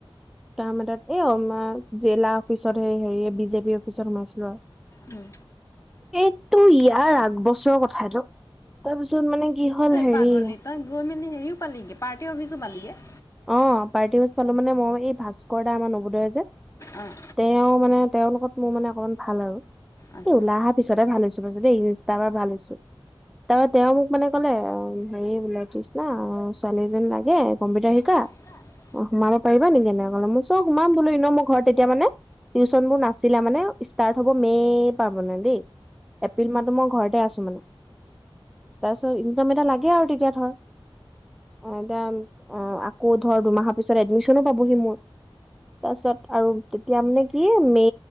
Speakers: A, in the centre; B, on the left (about 35°).
A: কাম এটা। এ আমাৰ জিলা অফিচত হ হেৰি বিজেপি অফিচত সোমাইছিলোঁ আৰু।
B: উম
A: এইটো ইয়াৰ আগবছৰৰ কথাটো তাৰপিছত মানে কি হ'ল হেৰি
B: পাগলী তই গৈ মেলি হেৰিও পালিগে পাৰ্টি অফিচো পালিগে।
A: অ পাৰ্টি অফিচ পালোঁ মানে মই এই ভাস্কৰ দা আমাৰ নৱোদয় যে
B: অঁ
A: তেওঁ মানে তেওঁলোকত মোৰ মানে অকনমান ভাল আৰু
B: আচ্ছা
A: এই ওলাই আহা পিছতে ভাল হৈছোঁ। ইনষ্ট ভাল হৈছোঁ তাৰ তেওঁ মোক মানে কলে অ হেৰি বোলে না ছোৱালী এজন লাগে কম্পিউটাৰ শিক
B: শিকা
A: অ সোমাব পাৰিবা নেকি এনেকলে মই চব সোমাম বোলোঁ ইন মই ঘৰত তেতিয়া মানে টিউচনবোৰ নাছিলে মানে ষ্টাৰ্ট হ'ব মে পা মানে দেই। এপ্ৰিল মাহতো মই ঘৰতে আছোঁ মানে তাৰপিছত ইনকাম এটা লাগে আৰু তেতিয়া ধৰ। অ এতিয়া অ আকৌ ধৰ দুমাহৰ পিছত এডমিচনো পাবহি মোৰ। তাৰপাছত আৰু তেতিয়া মানে কি মে